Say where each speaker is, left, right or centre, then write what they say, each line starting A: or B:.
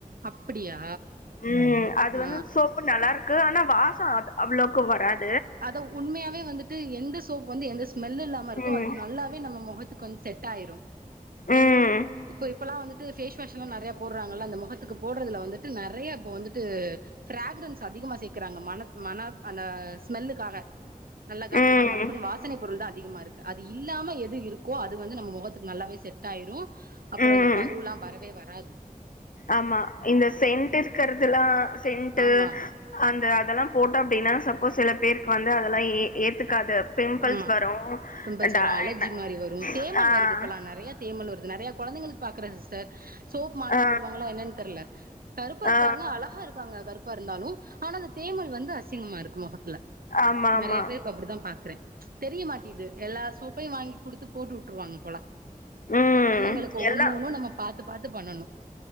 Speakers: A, on the right (about 85°); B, on the left (about 65°).
A: அப்படியா
B: ம் அது
A: ஆ
B: வந்து சோப்புட் நல்லாருக்கு ஆனா வாசோ அது அவ்ளோக்கு வராத்
A: அத உண்மையாவே வந்துட்டு எந்த சோப் வந்து எந்த ஸ்மெல் இல்லாம இருக்கோ
B: ம்
A: அது நல்லாவே நம்ம முகத்துக்கு வந் செட் ஆயிரும்
B: ம்
A: என் இப்ப இப்பெல்லா வந்துட்டு பேஸ் வாஷ் எல்லா நெறையா போடுறாங்கல்ல அந்த மொகத்துக்கு போட்றதுல வந்துட்டு நெறையா இப்ப வந்துட்டு ப்ராகுரன்ஸ் அதிகமா சேக்குறாங்க மனத் மன அந்த ஸ்மெல்லுக்காக நல்ல
B: ம்.
A: கமகமன் மணக்கு வாசனை பொருள்தா அதிகமா இருக்கு அது இல்லாம எது இருக்கோ அது வந்து நம்ம முகத்துக்கு நல்லாவே செட் ஆயிரு அப்பறோ
B: ம்.
A: அந்த பருல்லா வரவே வராது
B: ஆமா இந்த சென்டர் இருக்குறதுல்லா சென்ட்டு
A: ஆமா
B: அந்த அதல்லா போட்டோம் அப்டின்னா சப்போஸ் சில பேருக்கு வந்து அதெல்லா ஏ ஏத்துக்காது பிம்பிள்ஸ்
A: ஆமா
B: வரு
A: பிம்பிள்ஸ்
B: அண்ட்
A: வரு
B: அ
A: அலர்ஜி
B: என்ன
A: மாரி வரு தேமல்
B: ஆ ஆ
A: வருது இப்பல்லா நெறைய தேமல் வருது நெறையா கொழந்தைங்களுக்கு பாக்குறே சிஸ்டர் சோப் மாத்தி
B: ஆ.
A: போடுவாங்களா என்னன்னு தெர்ல கருப்பா இருக்காங்க
B: ஆ.
A: அழகா இருக்காங்க கருப் பா இருந்தாலு ஆனா அந்த தேமல் வந்து அசிங்கமா இருக்கு மொகத்துல
B: ஆமாமா.
A: நெறையா பேர் இப்ப அப்புடித்தா பாக்குறே தெரிய மாட்டேகிது எல்லா சோப்பையு வாங்கி குடுத்து போட்டு விட்ருவாங்க போல
B: ம்.
A: கொழந்தைங்களுக்கு
B: எல்லாம்
A: ஒண்ணு ஒண்ணும் நம்ம பாத்து பாத்து பண்ணனு